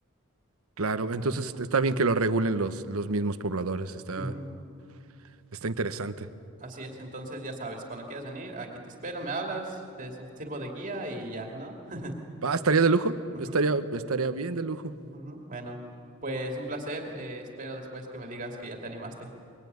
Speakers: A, on the right (about 75°); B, on the right (about 35°).
A: Claro, entonces está bien que lo regulen los, los mismos pobladores. Está,
B: Ujú,
A: está interesante.
B: Así es, entonces ya sabes, cuando quieras venir, aquí te espero, me hablas, te su- sirvo de guía y ya, ¿no? <laughs>
A: Ah, estaría de lujo.
B: Ujú,
A: Estaría, estaría bien de lujo.
B: ujú, Bueno, pues un placer, eh, espero después que me digas que ya te animaste.